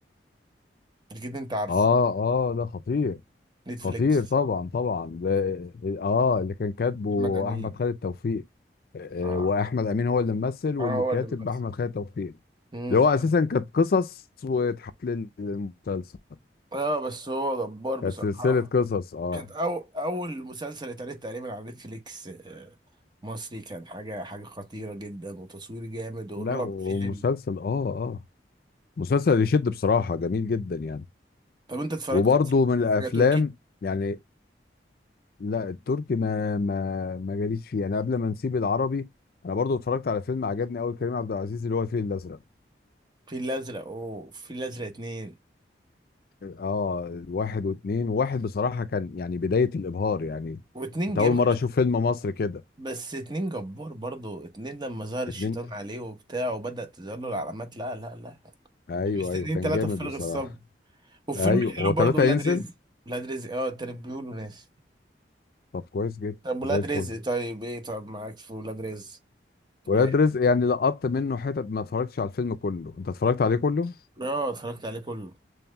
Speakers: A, on the right; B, on the left.
A: اكيد انت عارفه
B: اه اه ده خطير
A: نتفليكس
B: خطير طبعا طبعا ده اه اللي كان كاتبه
A: احمد امين
B: احمد خالد توفيق آه
A: اه
B: آه، واحمد امين هو اللي ممثل واللي
A: اه هو
B: كاتب
A: اللي ممثل
B: احمد خالد توفيق
A: امم
B: اللي هو اساسا كانت قصص واتحط للمسلسل
A: اه بس هو جبار بصراحة
B: كانت سلسله قصص اه
A: كانت أو اول مسلسل اتعرض تقريبا على نتفليكس آه مصري كان حاجة حاجة خطيرة جدا وتصوير جامد والرعب
B: لا ومسلسل
A: فيه حلو
B: اه اه مسلسل يشد بصراحه جميل جدا يعني
A: طب انت اتفرجت
B: وبرضه
A: مثلا على
B: من الافلام
A: حاجه تركي
B: يعني لا التركي ما ما ما جاليش فيه انا قبل ما نسيب العربي انا برضو اتفرجت على فيلم عجبني قوي كريم عبد العزيز اللي هو الفيل الازرق
A: في الازرق وفي الازرق اتنين
B: اه واحد واثنين واحد بصراحه كان يعني بدايه الابهار يعني
A: واتنين
B: انت
A: جم
B: اول مره
A: لا
B: اشوف فيلم مصري كده
A: بس اتنين جبار برضو اتنين لما ظهر
B: اتنين
A: الشيطان عليه وبتاع وبدأت تظهر له العلامات لا لا لا
B: ايوه
A: مستنيين
B: ايوه كان
A: تلاتة
B: جامد
A: بفارغ
B: بصراحه
A: الصبر والفيلم
B: ايوه
A: الحلو
B: هو
A: برضو
B: ثلاثه
A: ولاد
B: ينزل
A: رزق ولاد رزق اه التاني بيقولوا ناس
B: طب كويس جدا
A: طب ولاد
B: زي الفل
A: رزق طيب ايه طب معاك في ولاد رزق
B: ولاد
A: طيب
B: رزق يعني لقطت منه حتت ما اتفرجتش على الفيلم كله انت اتفرجت عليه كله
A: اه اتفرجت عليه كله